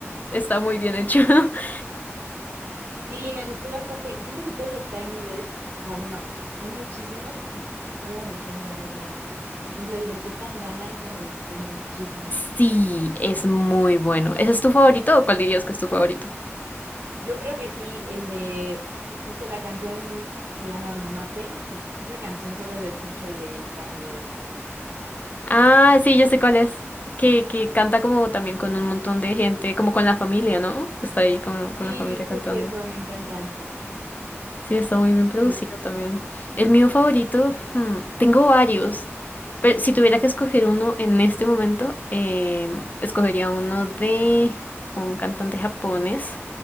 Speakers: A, on the left; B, on the right.
A: está muy bien hecho. <laughs>
B: Sí, me gustó bastante. Siento que todos los Tiny Desk, o sea, bueno, hay muchísimos y uf, cómo me encantan. O sea, por ejemplo, el de C. Tangana, ese me gustó muchísimo.
A: Sí, es muy bueno. ¿Ese es tu favorito o cuál dirías que es tu favorito?
B: Yo creo que sí, el de de- justo la canción se llama Me Maten. Uf, esa canción solo la escucho del Tiny Desk.
A: Ah, sí, yo sé cuál es. Que, que canta como también con un montón de gente, como con la familia, ¿no? Está ahí con,
B: Sí,
A: con la familia
B: justo
A: cantando.
B: eso, me encanta.
A: Sí, está muy bien producido
B: Sí.
A: también. El mío favorito, hmm, tengo varios, pero si tuviera que escoger uno en este momento, em, escogería uno de un cantante japonés